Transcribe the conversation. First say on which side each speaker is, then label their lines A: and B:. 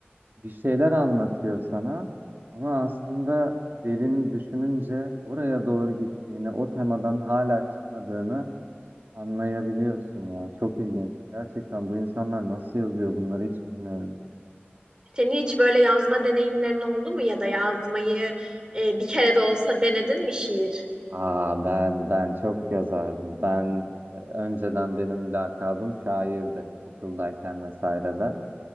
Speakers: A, on the right; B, on the right.
A: Bir şeyler anlatıyor sana ama aslında derin düşününce oraya doğru gittiğini, o temadan hala çıkmadığını anlayabiliyorsun ya. Çok ilginç. Gerçekten bu insanlar nasıl yazıyor bunları hiç bilmiyorum.
B: Senin hiç böyle yazma deneyimlerin oldu mu ya da yazmayı e, bir kere de olsa denedin mi şiir?
A: Aa ben ben çok yazardım. Ben e, önceden benim lakabım şairdi okuldayken vesaire de.